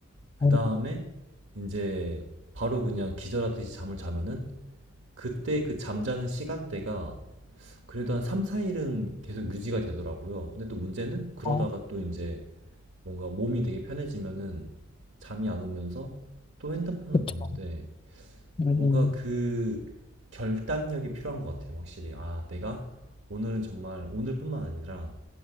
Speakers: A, on the right (about 75°); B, on the left (about 25°).
A: 그
B: 어,
A: 다음에 이제 바로 그냥 기절하듯이 잠을 자면은 그때 그 잠자는 시간대가 그래도 한 3, 4일은 계속 유지가 되더라고요. 근데 또 문제는 그러다가
B: 어,
A: 또 이제 뭔가 몸이 되게 편해지면은 잠이 안 오면서 또 핸드폰을
B: 그쵸.
A: 보는데
B: 음,
A: 뭔가 그 결단력이 필요한 것 같아요, 확실히. 아, 내가 오늘은 정말 오늘뿐만 아니라